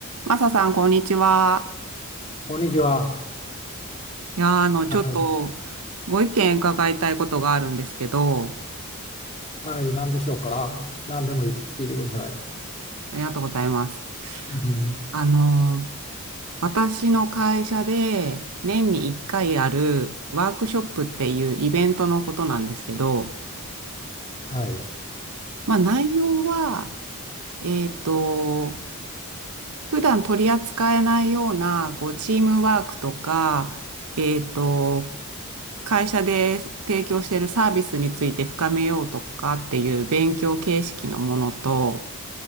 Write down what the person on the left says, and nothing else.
こんにちは。
はい。
はい。何でしょうか。何でも聞いてください。
うん。
はい。